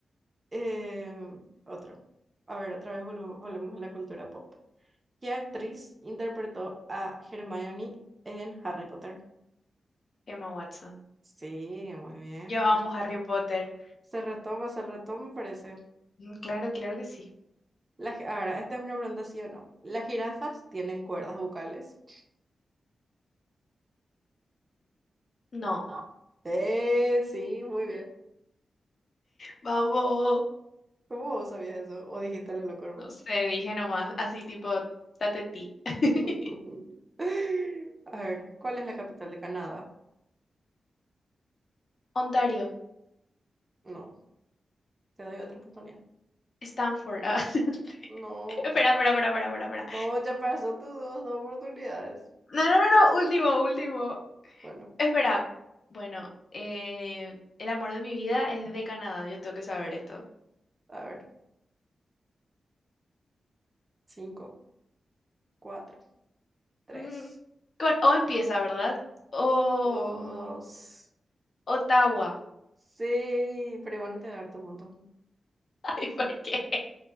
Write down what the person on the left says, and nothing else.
Emma Watson.
Yo
amo
Harry Potter.
Mm, Claro, claro que sí.
No.
Vamos.
No sé, dije nomás. Así tipo, date ti. <laughs>
Ontario.
Stanford. ah, <laughs>
Espera, espera, espera, espera, espera, espera.
No, no, no, no. Último, último.
Espera. Bueno, eh, el amor de mi vida es de Canadá. Yo tengo que saber esto.
Mm, con O empieza, ¿verdad? O
Ottawa.
<laughs> Ay, ¿por qué?